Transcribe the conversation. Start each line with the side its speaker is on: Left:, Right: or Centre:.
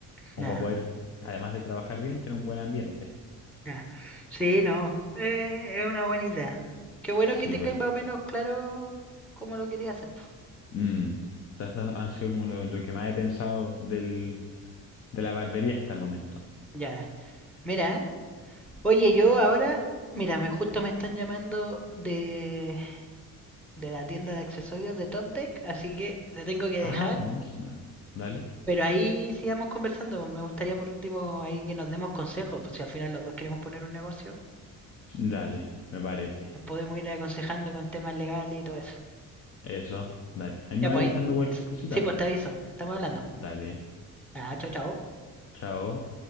Left: como
Centre: Ya,
Left: para poder, además de trabajar bien, tener un buen ambiente.
Centre: ya. Sí, no. eh, es una buena idea. Qué bueno
Left: Sí,
Centre: que tengáis
Left: porque
Centre: más o menos claro cómo lo quería hacer. po.
Left: mm, eso ha sido como lo, lo que más he pensado del, de la barbería hasta el momento.
Centre: Ya. Mira, oye, yo ahora, mira, me justo me están llamando de, de la tienda de accesorios de Top Deck, así que te tengo que
Left: Ah,
Centre: dejar.
Left: buenísima. Dale.
Centre: Pero ahí sigamos conversando. Me gustaría por último ahí que nos demos consejos, pues si al final los dos queremos poner un negocio,
Left: Dale, me parece.
Centre: nos podemos ir aconsejando con temas legales y todo eso.
Left: Eso, dale. Ahí me
Centre: Ya,
Left: va
Centre: pues
Left: avisando
Centre: ahí.
Left: cualquier cosita.
Centre: Sí, pues
Left: pu.
Centre: te aviso. Estamos hablando.
Left: Dale.
Centre: Ah, chao, chao.
Left: Chao.